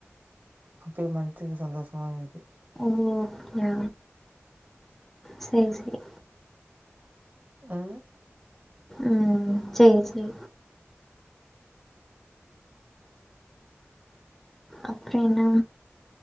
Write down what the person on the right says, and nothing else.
அப்ப மன்த்துக்கு சந்தோஷ்மா இருக்கு
ஆ